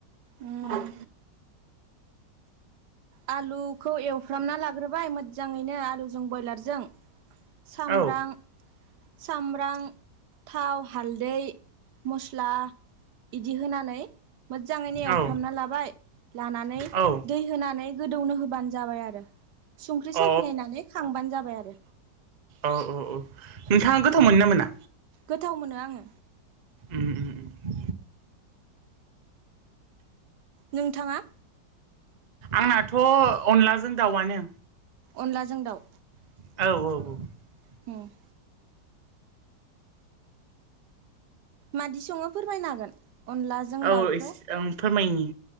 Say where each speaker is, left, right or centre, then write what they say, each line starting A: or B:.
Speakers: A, on the right (about 75°); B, on the right (about 40°).
A: उम
B: औ <inaudible>
A: आलु खौ एवफ्रामना लाग्रोबाय मोदजाङैनो आलुजों बयलारजों सामब्रां
B: औ
A: सामब्रां थाव हालदै मस्ला इदि होनानै मोदजाङैनो
B: औ
A: एवफ्रामना लाबाय लानानै
B: औ
A: दै होनानै गोदौनो होबानो जाबाय आरो सुंख्रि
B: अ
A: साखि नायनानै खांबानो जाबाय आरो
B: औ औ नोंथाङा गोथाव मोनो ना मोना
A: गोथाव मोनो आङो
B: उम उम उम
A: नोंथाङा
B: आंनाथ' अनलाजों दावानो
A: अनलाजों दाउ
B: औ औ औ
A: हुम मादि सङो फोरमायनो हागोन अनलाजों
B: औ
A: दाउखौ
B: एस ओं फोरमायनि